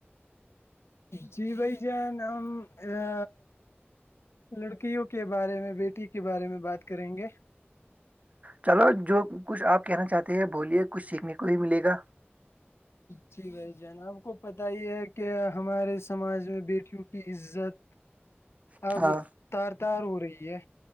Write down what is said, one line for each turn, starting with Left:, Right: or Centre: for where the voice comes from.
Left: جی بھائی جان ہم ا لڑکیوں کے بارے میں بیٹی کے بارے میں بات کریں گے
Right: چلو جو کچھ آپ کہنا چاہتے ہیں بولیے کچھ سیکھنے کو ہی ملے گا
Left: جی بھائی جانب کو پت ہی ہے کہ ہمارے سماج میں بیٹیوں کی عزت
Right: <inaudible>
Left: اب
Right: ہاں
Left: تار تار ہو رہی ہے